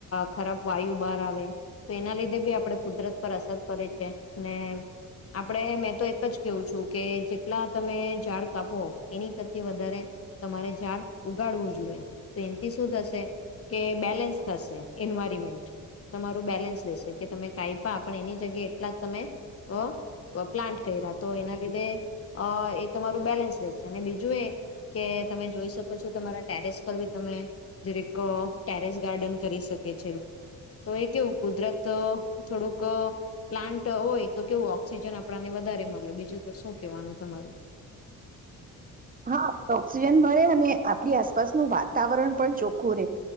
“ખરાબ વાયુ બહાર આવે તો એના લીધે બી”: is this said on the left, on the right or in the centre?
Left